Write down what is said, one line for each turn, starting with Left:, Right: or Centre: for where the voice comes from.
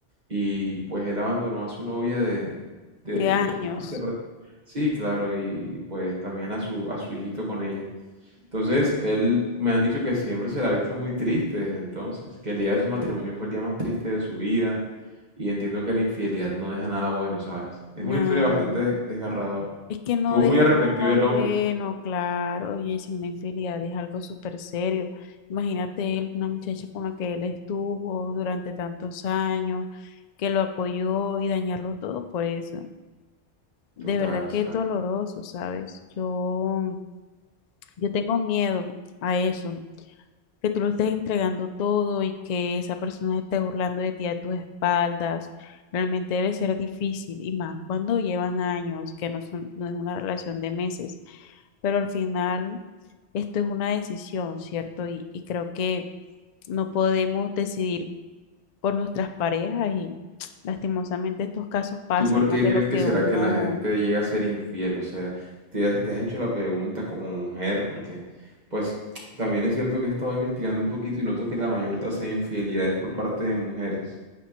Right: Y pues él abandonó a su novia de, de-
Left: De años.
Right: de su infancia. práct- Sí, claro, y, y, pues también a su, a su hijito con ella. Entonces, él me han dicho que siempre se la ha visto muy triste desde entonces, que el día de su matrimonio fue el día más triste de su vida, y entiendo que la infidelidad no deja nada bueno, ¿sabes? Es
Left: No.
Right: una historia bastante desgarradora.
Left: Es que no
Right: Estuvo
Left: deja
Right: muy arrepentido
Left: nada
Right: el
Left: bueno,
Right: hombre.
Left: claro. Y es una infidelidad, es algo súper serio. Imagínate él, una muchacha con la que él estuvo durante tantos años, que lo apoyó y dañarlo todo por eso. De
Right: Total,
Left: verdad
Right: o
Left: que
Right: sea.
Left: es doloroso, ¿sabes? Yo, yo tengo miedo a eso. que tú lo estés entregando todo y que esa persona se esté burlando de ti a tus espaldas, realmente debe ser difícil y más cuando llevan años, que no, son- no es una relación de meses, pero al final esto es una decisión, ¿cierto? Y, y creo que no podemos decidir por nuestras parejas y <tsk> lastimosamente estos casos pasan
Right: ¿Tú por qué
Left: más de
Right: crees
Left: lo que
Right: que será
Left: uno,
Right: que la gente llega a ser infiel? O sea, te has, te has hecho la pregunta como mujer, porque pues también es cierto que he estado investigando un poquito y noto que la mayor tasa de infidelidad es por parte de mujeres.